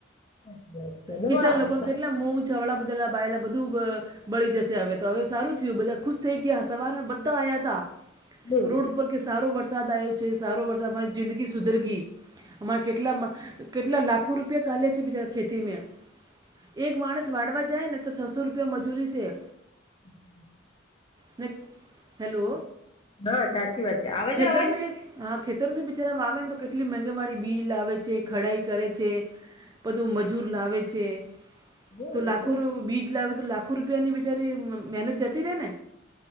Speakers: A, on the left; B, on the right.
A: હમ ધન્યવાદ
B: કિસાન
A: આપે
B: લોકોને કેટલા મો ચડા બધા બાયલા બધું બળી જશે, હવે હવે સારું બધા ખુશ થઈ ગયા, સવાર બધા આવ્યા હતા,
A: હમ
B: રોડ ઉપર કે સારો વરસાદ આવ્યો છે, સારો વરસાદ મામારી જિંદગી સુધર ગઈ અમારા કેટલા કેટલા લાખો રૂપિયા કાલ્યા છે, બીજા ખેતીમાં એક માણસ વાળવા જાય ને. તો છસો રૂપિયા મજૂરી છે.
A: હમ.
B: હ, હેલો.
A: હા, સાચી વાત છે, આવેજો
B: ખેતર
A: અવાળ.
B: મેં હા, ખેતર બી બિચારા વા આવે ને, તો કેટલી મગે વાળી બીજ લાવે છે, ખડાઈ કરે છે. બધું મજૂર લાવે છે.
A: હમ
B: તો લાખો
A: એ
B: ર બીજ લાવે તો, લાખો રૂપિયાની બિચારી મહેનત જતી રહેે ને.